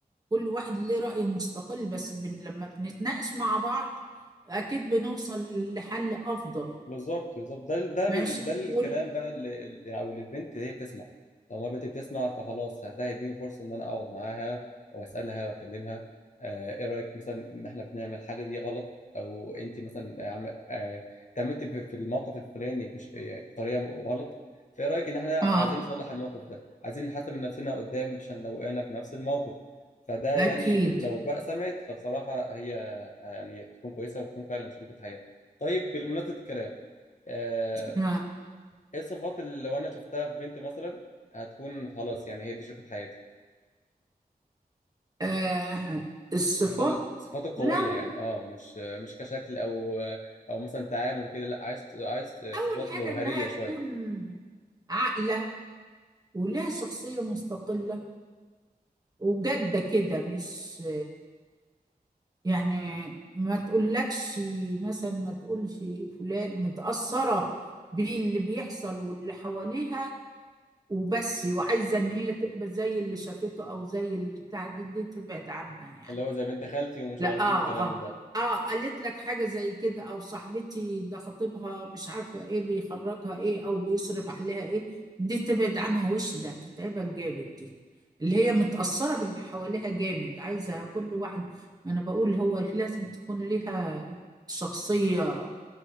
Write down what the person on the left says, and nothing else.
بالظبط بالظبط ده ده بال-
ده الكلام
بقى اللي اللي- او اللي البنت هي بتسمع طالما البنت بتسمع فخلاص ده هيديني فرصه ان انا اقعد معاها واسالها واكلمها آه، ايه رايك مثلا ان احنا بنعمل الحاجه دي غلط او انت مثلا عم- آه، اتعاملتي ب- في الموقف الفلاني بش- آه، بطريقه غلط فايه رايك ان احنا عايزين
نصلح الموقف ده عايزين نحسن من نفسنا قدام عشان لو وقعنا في نفس الموقف فده
يعني لو بقى سمعت فبصراحه هي آه، يعني تكون كويسه وتكون فعلا شريكه حياه طيب بالمناسبه الكلام آه،
ايه الصفات اللي لو انا شفتها في بنت مثلا هتكون خلاص يعني هي دي شريكة حياتي
الصفات ال- الصفات القوية
يعني اه مش مش كشكل او او مثلا تعامل كده لا عايز عايز
صفات
جوهرية
شوية
اللي هو زي بنت خالتي ومش
عارف
ايه والكلام
من ده